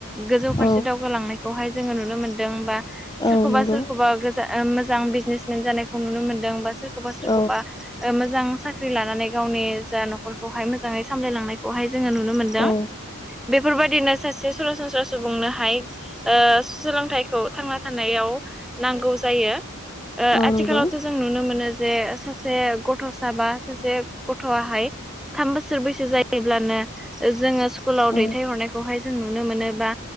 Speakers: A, in the centre; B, on the left.
A: गोजौ फारसे
B: औ
A: दावगालांनायखौहाय जोङो नुनो मोनदों बा सोरखौबा
B: औ नंगौ
A: सोरखौबा मोजां बिजनेसमेन जानायखौ नुनो मोनदों बा सोरखौबा सोरखौबा
B: औ
A: ओ मोजां साख्रि लानानै गावनि जा न'खरखौहाय मोजाङै सामलायलांनायखौहाय जोङो नुनो मोन मोनदों
B: औ
A: बेफोरबायदिनो सासे सरासनस्रा सुबुंनोहाय सोलोंथाइ थांना थानायाव नांगौ जायो
B: औ
A: आथिखालावथ'
B: नंगौ
A: जों नुनो मोनो जे सासे गथ'सा बा सासे गथ'आहाय थाम बोसोर बैसो जायोब्लानो जोङो स्कुलाव
B: औ
A: दैथायहरनायखौहाय जों नुनो मोनो बा